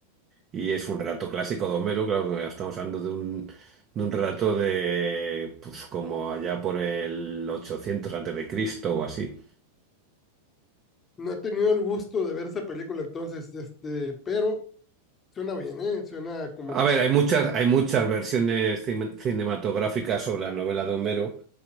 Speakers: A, on the right; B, on the left.
A: Y es un relato clásico de Homero, claro que estamos hablando de un, de un relato de, pues como allá por el 800 antes de Cristo o así.
B: No he tenido el gusto de ver esa película entonces, este, pero suena bien, ¿eh? Suena como
A: A
B: que,
A: ver, hay muchas, hay muchas versiones cin- cinematográficas sobre la novela de Homero.